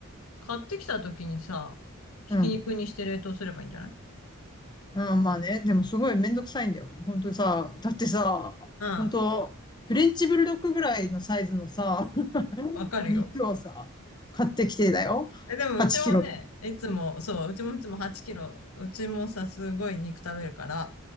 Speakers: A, on the left; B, on the left.
A: 買ってきた時にさ、ひき肉にして冷凍すればいいんじゃない
B: うん。うん、まあね、でもすごいめんどくさいんだよ。本当さ、だってさ、
A: うん、
B: 本当フレンチブルドッグぐらいのサイズのさ、<laughs>
A: わかるよ。
B: 肉をさ、買ってきてだよ。
A: え、でもうちもね、
B: 8キロ。
A: いつも、そう、うちもいつも8キロ、うちもさ、すごい肉食べるから、